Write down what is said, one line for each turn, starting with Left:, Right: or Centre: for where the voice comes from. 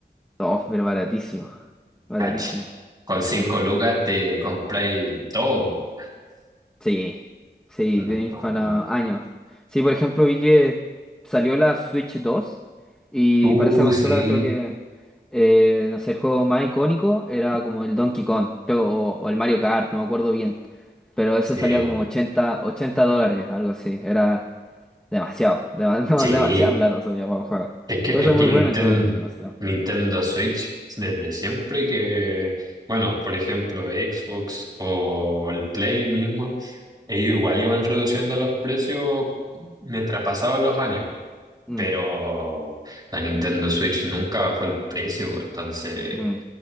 Centre: oh, pero baratísimo, baratísimo,
Right: caché. Con 5
Centre: sí,
Right: lucas te compré todo.
Centre: sí, sí,
Right: No,
Centre: tenéis para años. Sí, por ejemplo, vi que salió la Switch dos y
Right: uh,
Centre: para esa consola
Right: sí,
Centre: creo que, eh, no sé, el juego más icónico era como el Donkey Kong, creo, o, o el Mario Kart, no me acuerdo bien, pero eso
Right: sí,
Centre: salía como 80 80 dólares, algo así, era... Demasiado, dema- <laughs> no,
Right: sí.
Centre: demasiada plata soy yo para un juego.
Right: Es que,
Centre: Puede
Right: es
Centre: ser
Right: que
Centre: muy
Right: Nintendo,
Centre: bueno y todo, pero demasiado.
Right: Nintendo Switch, desde siempre que, bueno, por ejemplo, Xbox o el Play mismo, ellos igual iban reduciendo los precios mientras pasaban los años.
Centre: Mm,
Right: pero la Nintendo Switch nunca bajó el precio, pues, entonces
Centre: mm,